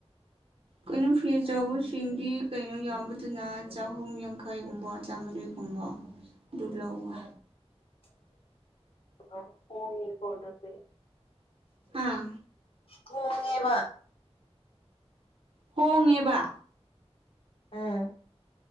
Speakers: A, on the right; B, on the left.
A: ꯀꯩꯅꯣ ꯐꯤ ꯑꯆꯕꯁꯤꯡꯗꯤ ꯀꯩꯅꯣ ꯌꯥꯝꯕꯗꯨꯅ ꯆꯍꯨꯝ ꯌꯥꯡꯈꯩꯒꯨꯝꯕ ꯆꯥꯝꯃ ꯀꯨꯝꯕ ꯂꯧꯋ
B: ꯎ ꯑ ꯍꯣꯡꯉꯤ ꯍꯗꯗꯤ
A: ꯑꯥ
B: ꯍꯨꯡꯉꯦꯕ
A: ꯍꯣꯡꯉꯦꯕ
B: ꯑꯝ